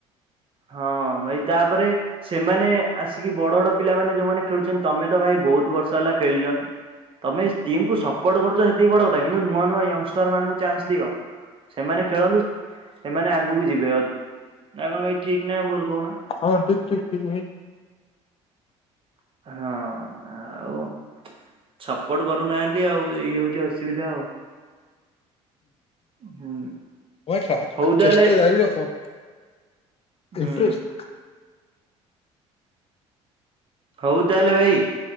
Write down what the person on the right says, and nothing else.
ହଁ ଭାଇ ତାପରେ। ସେମାନେ ଆସିକି ବଡ ବଡ ପିଲାମାନୋନେ ଯୋଉମାନେ ଖେଳୁଛନ୍ତି ତମେ ତ ଭାଇ ବହୁତ ବର୍ଷ ହେଲା ଖେଳିଲଣି। ତମେ ଟିମ ସପୋର୍ଟ କରୁଛ ସେତିକି ବଡ କଥା କିନ୍ତୁ ନୂଆ ନୂଆ ୟଙ୍ଗଷ୍ଟର ମାନଙ୍କୁ ଚାନ୍ସ ଦିଅ। ସେମାନେ ଖେଳନ୍ତୁ ସେମାନେ ଆଗକୁ ଯିବେ ନା କଣ ଭାଇ ଠିକ ନା ଭୁଲ କହ
ହଁ ଆଉ। ସପୋର୍ଟ କରୁନାହାନ୍ତି ଆଉ ଏଇ ହଉଛି ଅସୁବିଧା ଆଉ। ହୁଁ
ହଉ ତାହେଲେ
ହୁଁ
ହଉ ତାହେଲେ ଭାଇ